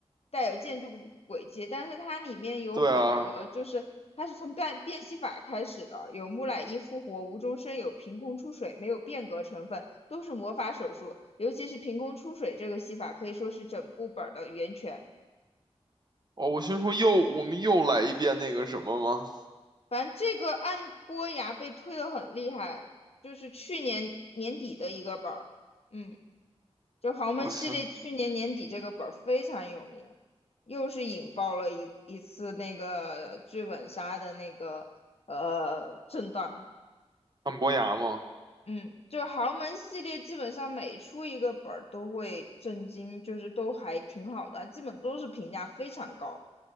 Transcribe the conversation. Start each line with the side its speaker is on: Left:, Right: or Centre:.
Left: 带有建筑古轨迹，但是它里面有很多，
Right: 对啊，
Left: 就是它是从变变戏法开始的，有木乃伊复活、无中生有、凭空出水，没有变革成分，都是魔法手术。尤其是凭空出水这个戏法，可以说是整部本儿的源泉。
Right: 哦，我心说又我们又来一遍那个什么吗？
Left: 反正这个按波崖被推得很厉害，就是去年年底的一个本儿，嗯。就豪门系列去年年底这个本儿非常有名，
Right: 哇塞，
Left: 又是引爆了一一次那个剧本杀的那个呃震荡。
Right: 按伯牙吗？
Left: 嗯，就是豪门系列基本上每出一个本儿都会震惊，就是都还挺好的，基本都是评价非常高。